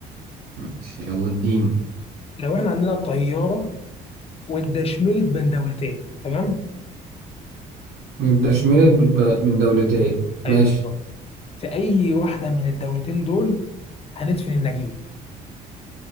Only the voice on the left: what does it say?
لو احنا عندنا طياره واتدشملت بين دولتين تمام
ايوه
بالظبط في اي واحده من الدولتين دول هندفن النجيب